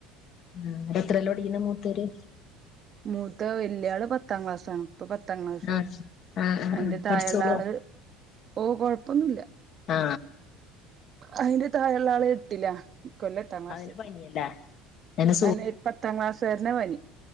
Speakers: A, on the left (about 55°); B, on the right (about 45°).
A: ഉം. എത്രല പഠിക്കണെ മൂത്തോര്?
B: മൂത്ത വലിയാള് പത്താം ക്ലാസാണ്. ഇപ്പൊ പത്താം ക്ലാസ്.
A: ആഹ് ആഹ് ആഹ്
B: അതിന്റെ
A: ആഹ്
B: തായഴള്ളെ
A: പഠിച്ചോളുവോ
B: ആള് ഓ കൊഴപ്പൊന്നൂല്ല.
A: ആ
B: അതിന്റെ താഴെള്ള ആള് എട്ടിലാ ഇ ക്കൊല്ലം എട്ടാം ക്ലാസ്സ്‌.
A: അവന് പനിയല്ലേ അവന്
B: അല്ലേ, പത്താം ക്ലാസാരനാ പനി.